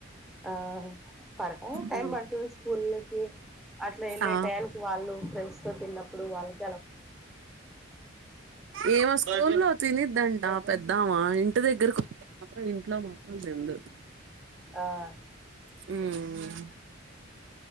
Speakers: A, in the centre; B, on the right (about 65°).
A: ఆహ్ పడతాది టైం
B: హ్మ్.
A: పడుతది స్కూల్ల కి అట్లా వెళ్ళే
B: ఆ
A: టైనికి వాళ్ళు ఫ్రెండ్స్ తో తిన్న ప్పుడు వాళక్
B: ఏ మో స్కూల్లో తినిద్దంట పెద్దామా. ఇంటి దగ్గరకు మాత్రం ఇంట్లో మాత్రం తిందు
A: ఆహ్
B: ఉహ్మ